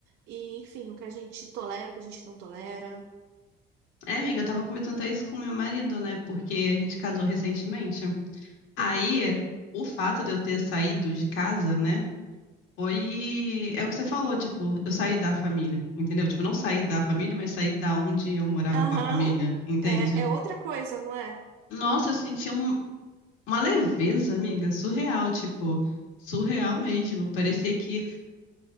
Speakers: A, on the right; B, on the left.
A: e enfim, o que a gente tolera, o que a gente não tolera.
B: É, amiga, eu tava conversando até isso com meu marido, né? Porque a gente casou recentemente. Aí,
A: Uhum.
B: o fato de eu ter saído de casa, né? Foi. É o que você falou, tipo, eu saí da família, entendeu? Tipo, não saí da família, mas saí da onde eu morava
A: Aham.
B: com a família, entende?
A: É, é outra coisa, não é?
B: Nossa, eu senti um- uma leveza, amiga, surreal, tipo, surreal mesmo. Parecia que